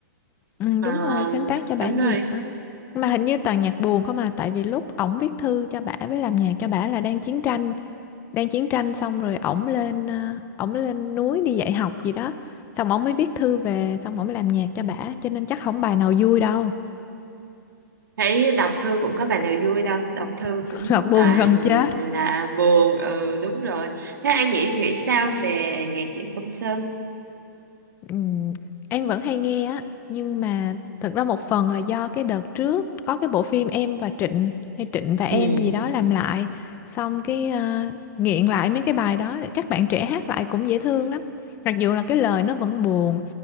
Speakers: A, on the left; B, on the right.
A: ừ,
B: Ờ,
A: đúng rồi sáng tác cho bả
B: đúng
A: nhiều
B: rồi
A: lắm mà hình như toàn nhạc buồn không à tại vì lúc ổng viết thư cho bả với làm nhạc cho bả là đang chiến tranh đang chiến tranh xong rồi ổng lên ờ, ổng lên núi đi dạy học gì đó xong ổng mới viết thư về xong ổng mới làm nhạc cho bả cho nên chắc không bài nào vui đâu
B: thấy đọc thư cũng có bài nào vui đâu đọc thư
A: <laughs>
B: cũng
A: thật buồn
B: toàn
A: gần chết
B: là buồn ừ đúng rồi thế An nghĩ nghĩ sao về nhạc Trịnh Công Sơn
A: Ừm, An vẫn hay nghe á nhưng mà thật ra một phần là do cái đợt trước có cái bộ phim Em và Trịnh hay Trịnh và Em
B: ừ
A: gì đó làm lại xong cái ờ, nghiện lại mấy cái bài đó các bạn trẻ hát lại cũng dễ thương lắm mặc dù là cái lời nó vẫn buồn